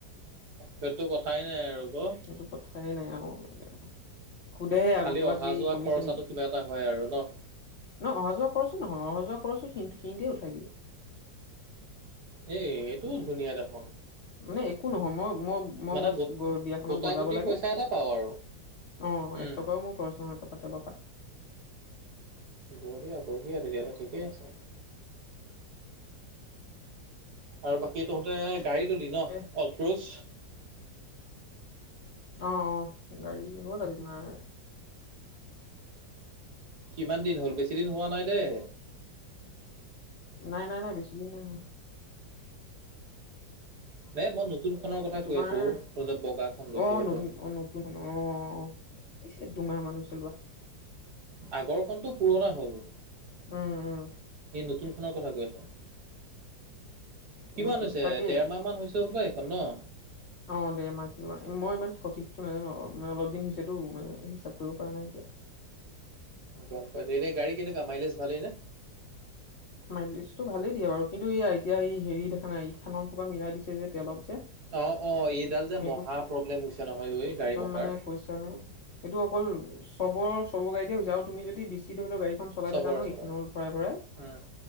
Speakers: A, on the right (about 65°); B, on the left (about 65°).
A: সেইটো কথাই নাই আৰু। ক
B: সেইটো কথাই নাই আৰু এ সোধে
A: খালি
B: আকৌ কিবা
A: অহা
B: কিবি
A: যোৱা
B: কমিছে
A: খৰচাটো
B: নেকি?
A: কিবা
B: নহ
A: এটা হয় আৰু ন
B: অহা যোৱা খৰছো নহয়, অহা যোৱা খৰছো সিহঁন-সিহঁনতে উঠাই দিয়ে।
A: এ এইটোও ধুনীয়া দেখ
B: মানে একো নহয়, মই-মই মই-মই
A: মানে
B: বছ
A: গো
B: গৈ বিয়াখনত
A: গোটা
B: বজাব
A: গুটি
B: লাগে।
A: পইচা এটা পাওঁ আৰু
B: অ',
A: উম
B: এক টকাও মোৰ খৰচ নহয় তাৰপা তেলৰ পৰা।
A: বঢ়িয়া, বঢ়িয়া তেতিয়াহ'লে ঠিকেই আছে। আৰু বাকী তহতে গাড়ী ললি নহ,
B: এ
A: অলক্ৰোজ?
B: অ গাড়ী হ'ল আজি তোমাৰ
A: কিমান দিন হ'ল, বেছি দিন হোৱা নাই দেই?
B: নাই, নাই, নাই, বেছি দিন নাই হোৱা।
A: নে মই নতুনখনৰ
B: এ
A: কথা কৈ
B: তোমাৰ
A: আছো তই যে বগাখন লৈছ
B: অ',
A: সেইটো
B: নত-নতুন অ'। এ দুমাহ মানুহ চলোৱা।
A: আগৰখনটো পুৰণা হ'ল।
B: উম, উম।
A: নতুনখনৰ কথা কৈ আছো। কিমান
B: নতুন
A: হৈছে,
B: তাকে
A: দেৰমাহ মান হৈছে হবলা এইখন নহ?
B: অ', দেৰমাহ কিবা মই ইমান সঠিকতো নাজানো, মানে অলপ দিন হৈছেতো মানে হিচাপ কৰিব পৰা নাই এতিয়া।
A: গম পাইছো এতিয়া গাড়ী কেনেকুৱা মাইলেজ ভালেই নে
B: মাইলিষ্টটো ভালেই দিয়ে বাৰু কিন্তু এতিয়া এই হেৰি দেখা নাই থানৰ খুকা মিলাই দিছে যে তেলত। যে
A: অ', অ', এইডাল যে
B: সেইটো
A: মহা প্ৰব্লেম হৈছে নহয়। ঐ গাড়ী
B: একদম
A: মহাৰ
B: মানে কৈছা নে এইটো অকল চবৰ, চব গাড়ী হৈছে আৰু তুমি যদি বিচি ধৰিলেও গাড়ীখন চলাই
A: চবৰে
B: থাকা নহয়
A: চবৰে
B: ইথানৰ ভৰাই, ভৰাই
A: উম